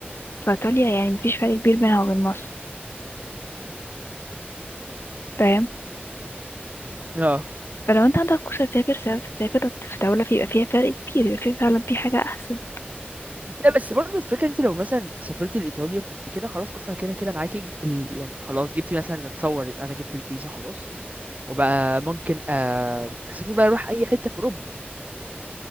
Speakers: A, on the left (about 80°); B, on the right (about 40°).
A: فايطاليا يعني مفيش فرق كبير بينها وبين مصر فاهم
B: اه
A: فلو انت عندك فرصة تسافر سافر سافر في دولة في- يبقى فيها فرق كبير يبقى فيه فعلا في حاجة احسن
B: لا بس برضه الفكرة انت لو مثلا سافرت لإيطاليا فانت كده خلاص اصلا كده كده معاكي ال... يعني خلاص جبتي مثلا اتصور انا جبت الفيزا خلاص وبقى ممكن آه، اسافر بقى اروح اي حتة في اوروبا